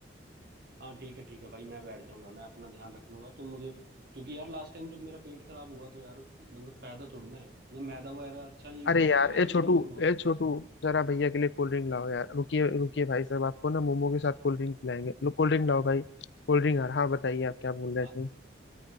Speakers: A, on the right; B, on the left.
A: हाँ ठीक है ठीक है भाई मैं बैठ जाऊंगा मैं अपना ध्यान रख लूंगा तुम मुझे क्योंकि यार लास्ट टाइम जब मेरा पेट खराब हुआ तो यार उस- मतलब फायदा थोड़ी ना है या मैदा वगैरह अच्छा नहीं
B: अरे
A: यूज कर
B: यार
A: रहे क्या
B: ए
A: तुम
B: छोटू
A: अपने मोमोज
B: ए
A: में
B: छोटू जरा भैया के लिए कोल्ड ड्रिंक लाओ यार रुकिए रुकिए भाई साहब आपको ना मोमो के साथ कोल्ड ड्रिंक पिलाएंगे लो कोल्ड ड्रिंक लाओ भाई कोल्ड ड्रिंक यार हाँ बताइए आप क्या बोल रहे
A: हाँ,
B: थे